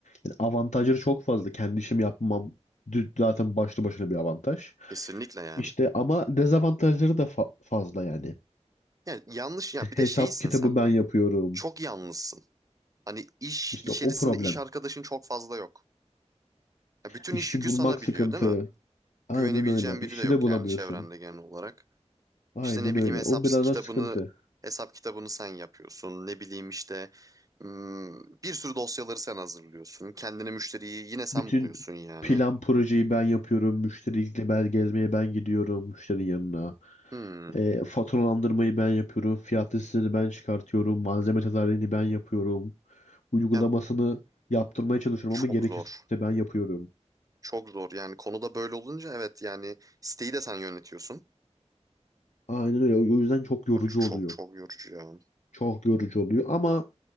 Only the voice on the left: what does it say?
Yani avantajları çok fazla. Kendi işimi yapmam dü- zaten başlı başına bir avantaj.
İşte ama dezavantajları da fa- fazla yani.
İşte
hesap
kitabı
ben yapıyorum.
İşte
o problem.
İşçi
bulmak
sıkıntı.
Aynen
öyle. İşçi
de bulamıyorsun.
Aynen
öyle.
O biraz
da sıkıntı.
Bütün
plan projeyi ben yapıyorum. Müşteriyle ben gezmeye ben gidiyorum müşterinin yanına.
E, faturalandırmayı ben yapıyorum. Fiyat listesini ben çıkartıyorum. Malzeme tedariğini ben yapıyorum. Uygulamasını
yaptırmaya çalışıyorum
ama gerekirse
ben yapıyorum.
Aynen öyle. O o yüzden çok yorucu
oluyor.
Çok yorucu oluyor ama